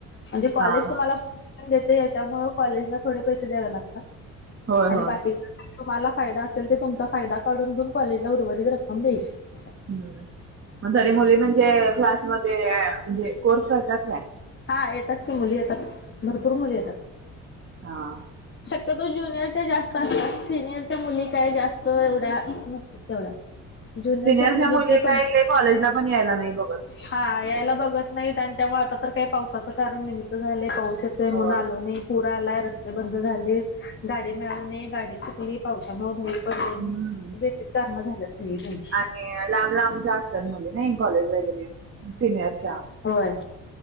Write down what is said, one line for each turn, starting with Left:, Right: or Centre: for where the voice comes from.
Left: म्हणजे
Right: हा
Left: कॉलेज
Right: हा
Left: तुम्हांला, परमिशन देतय यांच्यामुळे कॉलेजला थोडे पैसे द्यावे लागतात.
Right: होय
Left: आणि
Right: होय
Left: बाकीचे तुम्हाला फायदा असेल ते तुमचा फायदा काढून घेऊन कॉलेजला उर्वरित रक्कम द्याची अस हाय.
Right: हम्म, म तरी मुली म्हणजे क्लासमध्ये म्हणजे कोर्स करत्यात काय?
Left: हां येतात कीं मुली येतात, भरंपूर मुली येतात.
Right: हां.
Left: शक्यतो ज्युनियरच्यां जास्तं असतांत सिनियरच्यां मुली कां जास्तं एवढ्या नस तेवढ्यां, जुनिरच्यां
Right: सिनियरच्या
Left: मुलींच
Right: मुली
Left: कण
Right: काही लय कॉलेजला पण यायला नाही बघत.
Left: हां यायला बघतं नाहीत आणि त्यामुळ आता तरं कांय पावसाचं कारणं निमित्त झालय पाऊस ते म्हणून
Right: होय
Left: आलो नाही पुर आलाय रस्ते बंद झालींत, गाडी मिळाली नाही गाडी चुकली पावसांमुळे बाहि पडले
Right: हम्म.
Left: नाही, बेसीक कारणं झाल्यात सगळी त्यांची.
Right: आणि लांब लांबच्या असतांत मुली नाहीं कॉलेज वगैरें, सिनियरच्यां.
Left: होय.